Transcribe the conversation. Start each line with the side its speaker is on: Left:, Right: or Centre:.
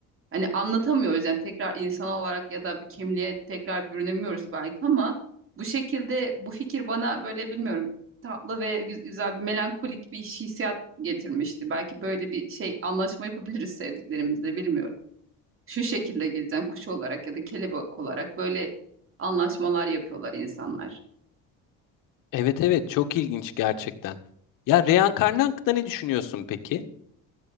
Right: Hani anlatamıyoruz yani tekrar insan olarak ya da bir kimliğe tekrar bürünemiyoruz belki ama bu şekilde bu fikir bana böyle bilmiyorum tatlı ve gü- güzel bir melankolik bir hissiyat getirmişti. Belki böyle bir şey anlaşma yapabiliriz sevdiklerimizle bilmiyorum. Şu şekilde geleceğim kuş olarak ya da kelebek olarak böyle anlaşmalar yapıyorlar insanlar.
Left: Evet evet çok ilginç gerçekten. Ya reenkarnı hakkında ne düşünüyorsun peki?